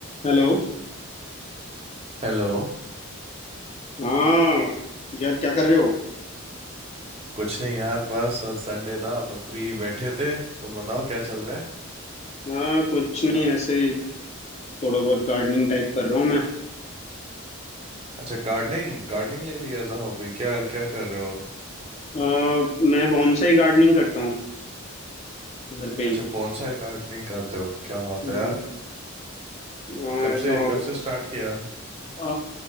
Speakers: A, on the left; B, on the right.
A: Hello
B: Hello
A: हाँ यार क्या कर रहे हो
B: कुछ नहीं यार बस आज संडे था तो फ्री बैठे थे तुम बताओ क्या चल रहा है
A: हाँ कुछ नहीं ऐसे ही थोड़ा बहुत गार्डनिंग टाइप कर रहा हूँ मैं
B: अच्छा गार्डनिंग गार्डनिंग ले लिया एज अ हॉबी क्या क्या कर रहे हो
A: अ, मैं बॉन्साई गार्डनिंग करता हूँ घर पे
B: अच्छा
A: ही
B: बॉन्साई गार्डनिंग करते हो क्या बात
A: हम्म
B: है यार
A: हाँ
B: ये कब
A: ऐसा
B: से
A: हो
B: कब
A: गया
B: से स्टार्ट किया
A: अ,